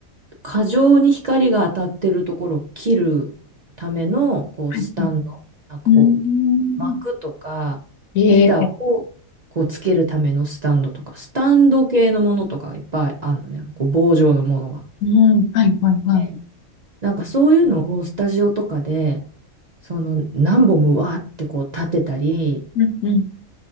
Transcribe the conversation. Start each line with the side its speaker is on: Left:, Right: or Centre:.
Right: う過剰に光が当たってるところを切るためのこうスタンド、
Left: はい、はい。
Right: なんかこう幕とか板をこうつけるためのスタンドとか、
Left: うん。ええ、
Right: スタンド系のものとかがいっぱいあるのね、こう棒状のものが。
Left: うん。はい、はい、はい。
Right: でなんかそういうのをスタジオとかでその何本もわーってこう立てたり
Left: うん、うん。